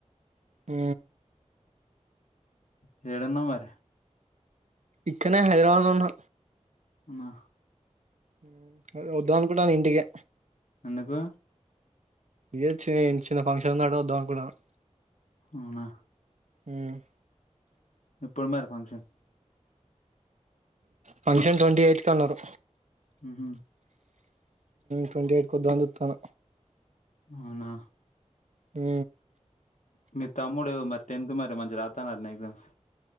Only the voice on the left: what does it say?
ఉ ఏడున్నావ్ మరి
అమ్మ
ఎందుకు
అవునా
ఎప్పుడుమరి ఫంక్షన్
ఉహు
అవునా
మీ తమ్ముడు మరి టెన్త్ మరి మంచిగా రాత్తాన్ దట్న ఎగ్జామ్స్